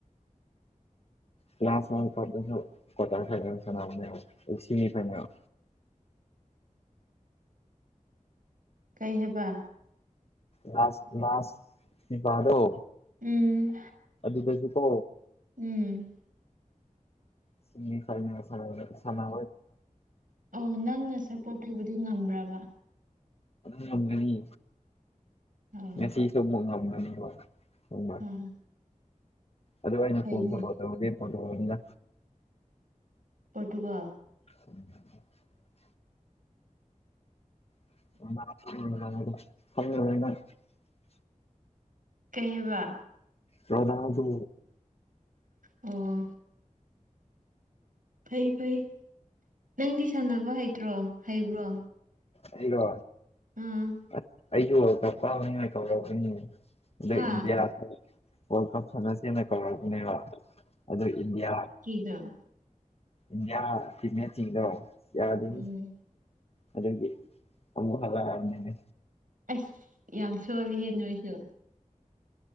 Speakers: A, on the left (about 50°); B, on the right (about 85°).
A: ꯀ꯭ꯂꯥꯁ ꯂ ꯀꯇꯥ ꯈꯒ ꯁꯅꯃꯤ ꯐꯥꯏꯅꯦꯜ
B: ꯀꯩ ꯍꯥꯏꯦꯕ
A: ꯂꯥꯁ ꯂꯥꯁ ꯗꯣ
B: ꯎꯝ
A: ꯑꯗꯨ ꯀꯁꯨ ꯀꯣ
B: ꯎꯝ
A: ꯁꯤ ꯐ ꯁ ꯁꯕ
B: ꯑꯣ ꯅꯪꯅ ꯁꯞꯄꯣꯔꯠ ꯇꯧꯕꯗꯤ ꯉꯝꯕ꯭ꯔꯕ
A: ꯉꯝꯗꯅꯤ
B: ꯑꯥ
A: ꯁ ꯏꯁꯨ ꯉꯝꯗꯅꯤ ꯎꯃ
B: ꯑꯥ
A: ꯑꯗꯨꯩꯅ
B: ꯐꯩꯅꯦ
A: ꯐꯜ ꯁꯄꯠꯇ ꯎꯗꯦ ꯐꯠꯇꯗ
B: ꯄꯗꯨꯒ
A: ꯎꯝ <inaudible>
B: ꯀꯩꯕ
A: ꯌꯥꯗꯁꯨ
B: ꯑꯣ ꯐꯩ ꯐꯩ ꯅꯪꯗꯤ ꯁꯥꯟꯅꯕ ꯍꯩꯇ꯭ꯔꯣ ꯍꯩꯕ꯭ꯔꯣ
A: ꯑꯩꯔꯣ
B: ꯑꯥ
A: ꯑꯁ ꯑꯩꯁꯨ ꯀꯥꯎꯕꯅꯤꯉ ꯀꯥꯎꯔꯛꯅꯤ
B: ꯍꯥ
A: ꯑ ꯏꯟꯗꯤꯌꯥ ꯋꯥꯔꯜ ꯀꯞ ꯐꯅꯁꯦꯅ ꯀꯧꯔꯛꯅꯦꯕ ꯑꯗꯨ ꯏꯟꯗꯤꯌꯥ
B: ꯌꯥ
A: ꯏꯌꯥ ꯏꯌꯥ ꯆꯤꯡꯗ ꯌꯥꯗꯅꯤ
B: ꯎꯝ
A: ꯑꯗꯨꯗꯒꯤ ꯑ ꯌꯥꯝꯅꯦ
B: ꯑꯁ ꯌꯥꯝ ꯁꯣꯜꯂꯤ ꯍꯦꯟꯅꯣꯏꯁ